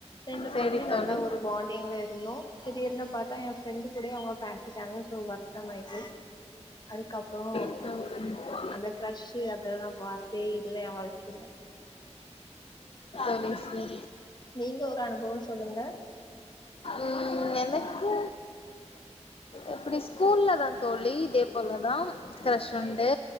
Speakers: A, on the left (about 35°); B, on the left (about 50°).
A: ரெண்டு
B: சேரி
A: பேருமே நல்ல
B: தோழி
A: ஒரு பாண்டிங்ல இருந்தோ திடீர்னு பாத்தா ஏ ஃப்ரெண்டு கூடயு அவங்க பேசிட்டாங்க ஸோ வருத்தம் ஆயிட்டுட்டு அதுக்கப்றோ
B: ஆமா கண்டிப்பா
A: அந்த க்ரஷ்சு அதெல்லா நா பாத்தே இல்ல ஏ வாழ்க்கையில
B: ஓ சரி
A: நீங்க ஒரு அனுபவம் சொல்லுங்க
B: ம் எனக்கு எப்டி ஸ்கூல்ல தா தோழி இதே போலதா கிரஷ் உண்டு